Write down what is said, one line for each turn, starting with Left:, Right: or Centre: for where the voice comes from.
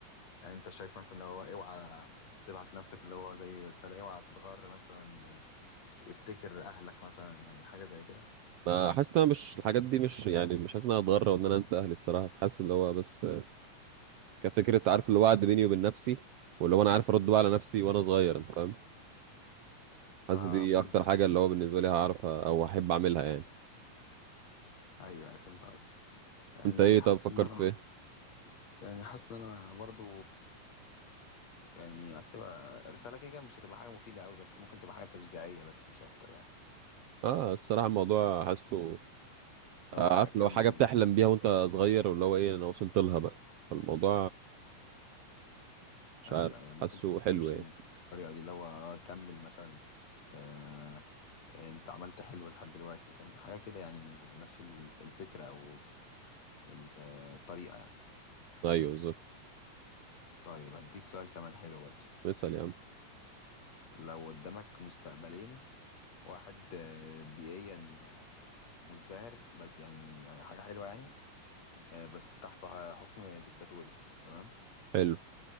Left: يعني انت شايف مثلا اللي هو اوعى تبعت لنفسك اللي هو زي رسالة اوعى تتغر مثلا افت- افتكر اهلك مثلا يعني حاجة زي كده
Right: ما حاسس ان انا مش الحاجات دي مش يعني مش حاسس ان انا هتغرى وان انا انسى اهلي الصراحة فحاسس اللي هو بس كفكرة عارف اللي هو وعد بيني وبين نفسي واللي هو انا عارف ارد بقى على نفسي وانا صغير انت فاهم حاسس
Left: اه
Right: دي
Left: فهمت
Right: اكتر حاجة اللي هو بالنسبة لي هعرف او احب اعملها يعني
Left: ايوه فهمت قصدك يعني
Right: انت ايه طب
Left: حاسس
Right: فكرت
Left: ان انا
Right: في ايه
Left: يعني حاسس ان انا برضو يعني هكتبها رسالة كده كده مش هتبقى حاجة مفيدة أوي بس ممكن تبقى حاجة تشجيعية بس مش أكتر يعني
Right: اه الصراحة الموضوع حاسه
Left: اللي
Right: آه،
Left: هو أكمل
Right: عارف اللي هو حاجة بتحلم بيها وانت صغير واللي هو ايه انا وصلت لها بقى فالموضوع مش
Left: أيوه
Right: عارف
Left: أيوه ممكن
Right: حاسه حلو
Left: تمشي
Right: يعني
Left: بالطريقة دي اللي هو آه، كمل مثلا آه أنت عملت حلو لحد دلوقتي فاهم حاجة كده يعني نفس ال- الفكرة أو ال- آه، الطريقة يعني
Right: ايوه بالظبط
Left: طيب هديك سؤال كمان حلو برضه
Right: مثل يا عم
Left: لو قدامك مستقبلين واحد آه، بيئيا آه، مزدهر بس يعني يعني حاجة حلوة يعني آه، بس تحت حكم ديكتاتوري تمام
Right: حلو